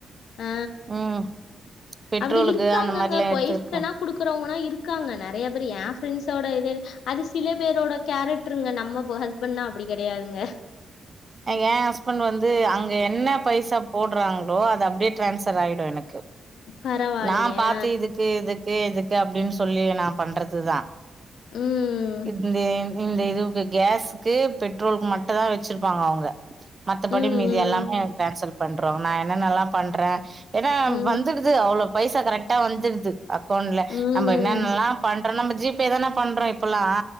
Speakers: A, on the left (about 75°); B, on the right (about 25°).
A: ஆ
B: ம் பெட்ரோலுக்கு
A: அப்பிடி இருக்காங்கங்க
B: அந்த மாரிலா
A: கொய்ஃப்ட்ட
B: எடுத்துருக்க
A: குடுக்குறவங்கனா இருக்காங்க நெறைய பேர் ஏ ஃபிரெண்ட்ஸோட எத அது சில பேரோட கேரக்ட்ருங்க நம்ம ஹஸ்பண்ட்னா அப்பிடி கெடையாதுங்க
B: ஏ ஹஸ்பண்ட் வந்து அங்க து என்ன பைசா போடறாங்களோ அது அப்பிடியே டிரான்ஸ்சர் ஆயிடு எனக்கு
A: பரவாயில்லையே!
B: நா பாத்த இதுக்கு இது கே எதுக்கு அப்பிடின்னு சொல்லி நா பண்றதுதா
A: ம்,
B: இந்திங் இந்த இதுவுக்கு கேஸுக்கு பெட்ரோலுக்கு மட்டு தா வெச்சுருப்பாங்க அவங்க மத்தபடி
A: ம்,
B: மீதி எல்லாமே டிரான்சல் பண்றோ நா என்னன்னல்லா பண்ற ஏன்னா
A: ம்,
B: வந்துடுது அவ்ளோ பைசா கரெக்டா வந்துருது அக் கவுண்ட்ல
A: ம்.
B: நம்ப என்னனென்னல்லா பன் பண்ற நம்ம ஜிபே தான பண்றோ இப்பெல்லா